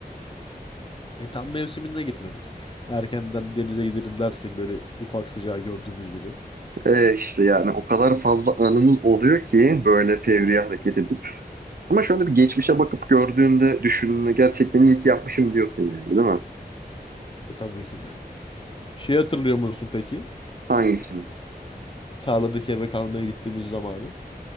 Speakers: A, on the left (about 30°); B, on the right (about 65°).
A: E, tam mevsiminde gitmedik. Erkenden denize gidelim dersek böyle ufak sıcağı gördüğümüz gibi.
B: E işte yani o kadar fazla anımız oluyor ki böyle fevri hareket edip. Ama şöyle bir geçmişe bakıp gördüğünde düşündüğünde gerçekten iyi ki yapmışım diyorsun yani değil mi?
A: E, tabii ki de. Şey hatırlıyor musun peki?
B: Hangisini?
A: Tarladaki eve kalmaya gittiğimiz zamanı.